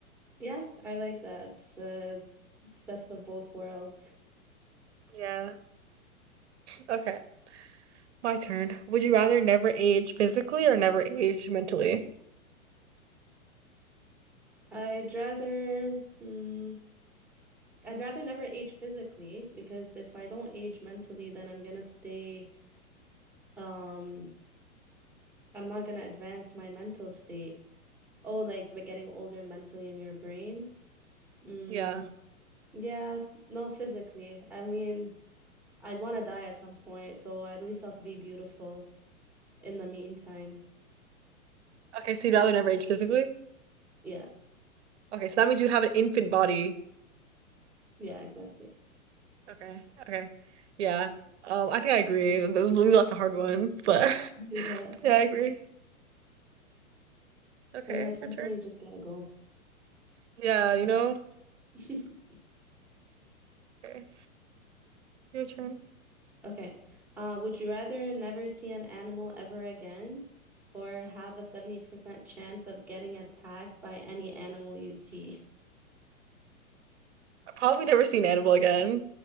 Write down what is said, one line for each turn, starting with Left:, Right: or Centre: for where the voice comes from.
Centre: Yeah, I like that. It's uh, it's best of both worlds.
Right: Yeah. Okay. My turn. Would you rather never age physically or never age mentally?
Centre: I'd rather mm, I'd rather never age physically because if I don't age mentally, then I'm gonna stay um I'm not gonna advance my mental state. Oh, like but getting older mentally in your brain. Mm,
Right: Yeah.
Centre: yeah, no, physically. I mean, I'd want to die at some point, so at least I'll be beautiful in the meantime.
Right: Okay, so you'd rather never age physically?
Centre: Yeah,
Right: Okay, so that means you'd have an infant body.
Centre: yeah, exactly.
Right: Okay, okay. Yeah. Um, I think I agree. Th- th- That's a hard one, but <laughs>
Centre: Yeah.
Right: yeah, I agree. Okay,
Centre: I mean, at some
Right: your turn.
Centre: point you just gotta go.
Right: Yeah, you know.
Centre: <laughs>
Right: Okay, your turn.
Centre: Okay. Uh, would you rather never see an animal ever again or have a 70% chance of getting attacked by any animal you see? <laughs>
Right: I probably never see an animal again.